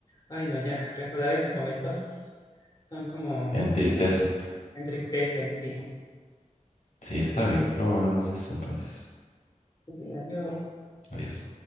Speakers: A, on the left (about 30°); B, on the left (about 75°).
A: ay, no, ya, recordar estos momentos son como
B: Entristece.
A: entristecen, sí.
B: Sí, está bien. Luego hablamos de esto entonces.
A: Ok, Adiós.
B: Adiós.